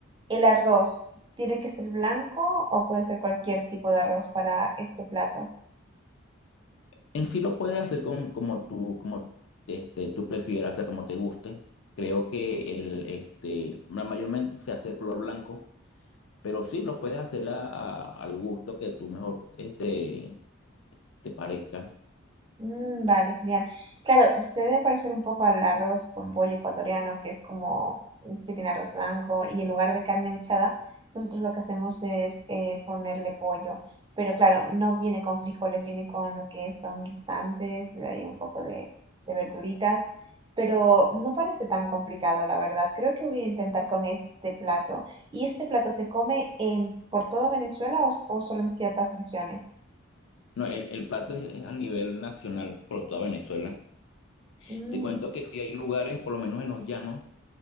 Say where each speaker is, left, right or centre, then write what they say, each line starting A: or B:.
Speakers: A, on the right (about 25°); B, on the left (about 70°).
A: ¿El arroz tiene que ser blanco o puede ser cualquier tipo de arroz para este plato?
B: En sí lo puedes hacer con- como tú, como este, tú prefieras, o sea, como te guste. Creo que el, este, ma- mayormente se hace de color blanco Pero sí, lo puedes hacer a- a- al gusto que tú mejor este, te parezca.
A: Mm, vale, genial. Claro, se debe parecer un poco al arroz con pollo ecuatoriano, que es como mm, que tiene arroz blanco y en lugar de carne mechada, nosotros lo que hacemos es eh, ponerle pollo. Pero claro, no viene con frijoles, viene con lo que son guisantes y de ahí un poco de, de verduritas. Pero no parece tan complicado, la verdad. Creo que voy a intentar con este plato. ¿Y este plato se come en por todo Venezuela o, s- o solo en ciertas regiones?
B: No, el, el plato es, es a nivel nacional por toda Venezuela.
A: Mm,
B: Te cuento que sí hay lugares, por lo menos en los llanos,